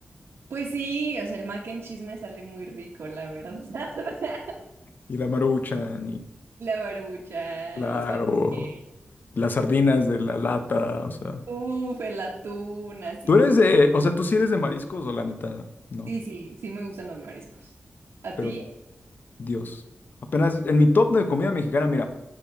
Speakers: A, on the right; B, on the left.
A: Pues sí, o sea, el mac and cheese me sale muy rico, la verdad. <laughs>
B: y la maruchan, y
A: La barbucha
B: claro,
A: y los hot cakes.
B: las sardinas de la lata, o sea,
A: Uf, el atún, así.
B: tú eres
A: Sí,
B: de, o sea, tú sí eres de mariscos o la neta, no,
A: sí, sí, sí me gustan los mariscos. ¿A
B: pero
A: ti?
B: Dios, apenas en mi top de comida mexicana, mira,